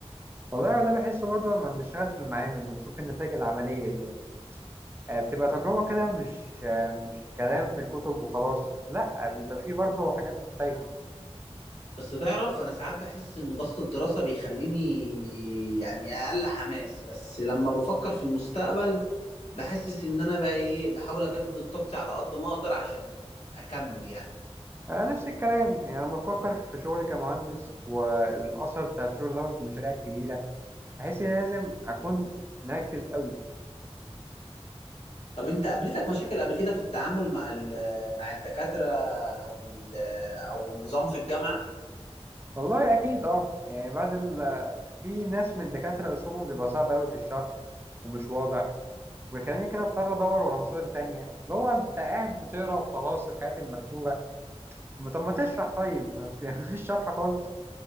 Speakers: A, on the right; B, on the left.
A: والله ده بحسه برضه لما بنشتغل في المعامل ونشوف النتائج العمليه ديت آه، بتبقى تجربه كده مش آه، مش كلام في الكتب وخلاص لا بيبقى فيه برضه حاجات مختلفه
B: بس تعرف انا ساعات بحس ان ضغط الدراسة بيخليني يعني اقل حماس بس لما بفكر في المستقبل بحسس ان انا بقى ايه بحاول اجدد طاقتي على قد ما اقدر عشان اكمل يعني
A: آه، نفس الكلام يعني لما بفكر في شغلي كمهندس والاثر بتاع الشغل دوت في المشاريع الكبيره بحس ان لازم اكون مركز قوي
B: طب انت قابلتك مشاكل قبل كده في التعامل مع ال- مع الدكاترة او ال- او النظام في الجامعة
A: والله اكيد اه يعني بعد ال... في ناس من الدكاتره اسلوبهم بيبقى صعب قوي في الشرح ومش واضح ويخليني كده اضطر ادور ولا مصادر تانية اللي هو انت قاعد بتقرا وخلاص الحاجات المكتوبه ما- طب ما تشرح طيب ما في- <laughs> مفيش شرح خالص